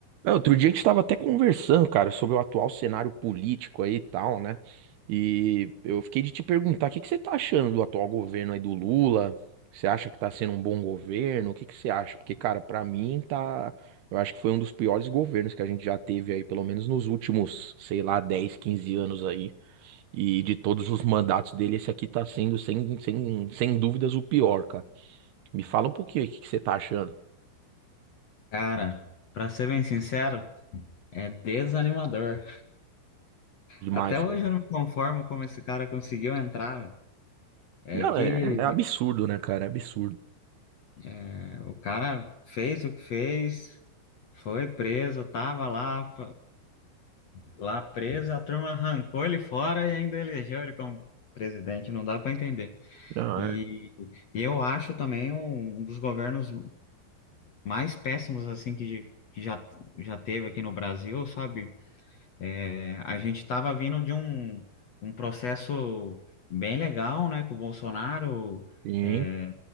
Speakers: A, on the right; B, on the left.
A: É, Outro dia a gente estava até conversando, cara, sobre o atual cenário político aí e tal, né? E eu fiquei de te perguntar, o que que você tá achando do atual governo aí do Lula? Você acha que tá sendo um bom governo? O que que você acha? Porque, cara, pra mim tá, eu acho que foi um dos piores governos que a gente já teve aí, pelo menos nos últimos, sei lá, 10, 15 anos aí. E de todos os mandatos dele, esse aqui tá sendo sem, sem, sem dúvidas o pior, cara. Me fala um pouquinho aí, o que que você tá achando
B: Cara, pra ser bem sincero, é desanimador.
A: demais,
B: Até hoje
A: cara.
B: eu não me conformo como esse cara conseguiu entrar, velho. É
A: Não,
B: que
A: é, é absurdo, né, cara? É absurdo.
B: é, o cara fez o que fez, foi preso, tava lá, lá preso, a turma arrancou ele fora e ainda elegeu ele como presidente, não dá pra entender.
A: Não,
B: E,
A: é.
B: e eu acho também um, um dos governos mais péssimos assim que, que já, já teve aqui no Brasil, sabe? É, a gente estava vindo de um, um processo bem legal, né, com o Bolsonaro.
A: Sim,
B: É,